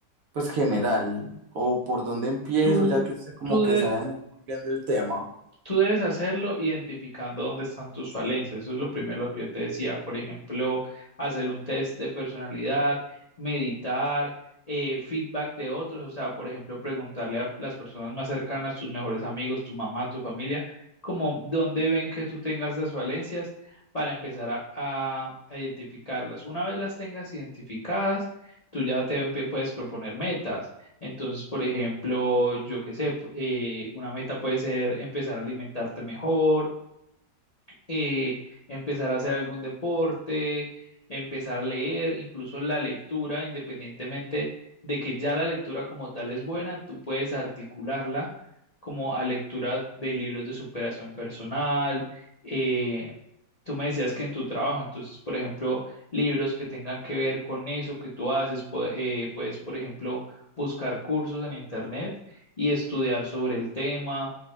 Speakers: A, on the right; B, on the left.
A: pues general, o por dónde empiezo,
B: tú,
A: ya que usted como
B: tú
A: que
B: de-
A: sabe muy muy bien del tema.
B: Tú debes hacerlo identificando dónde están tus falencias. Eso es lo primero lo que yo te decía. Por ejemplo, hacer un test de personalidad, meditar, eh, feedback de otros. O sea, por ejemplo, preguntarle a las personas más cercanas, tus mejores amigos, tu mamá, tu familia, como dónde ven que tú tengas las falencias para empezar a, a- a identificarlas. Una vez las tengas identificadas, tú ya te empie- puedes proponer metas entonces, por ejemplo, yo qué sé, pu- eh, una meta puede ser empezar a alimentarte mejor, eh, empezar a hacer algún deporte, empezar a leer, incluso la lectura, independientemente de que ya la lectura como tal es buena, tú puedes articularla como a lectura de libros de superación personal, eh, tú me decías que en tu trabajo, entonces, por ejemplo, libros que tengan que ver con eso que tú haces, pu- eh, puedes, por ejemplo, buscar cursos en internet y estudiar sobre el tema.